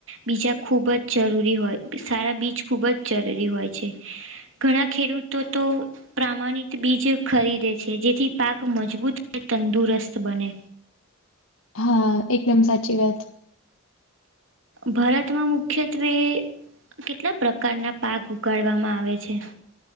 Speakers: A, on the right; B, on the left.
A: બીજા ખૂબ જ જરૂરી હોય સારા બીજ ખૂબ જ જરૂરી હોય છે. ઘણા ખેડૂતો તો પ્રામાણિત બીજ ખરીદે છે જેથી પાક મજબૂત અને તંદુરસ્ત બને.
B: હા એકદમ સાચી વાત.
A: ભારતમાં મુખ્યત્વે કેટલા પ્રકારના પાક ઉગાડવામાં આવે છે.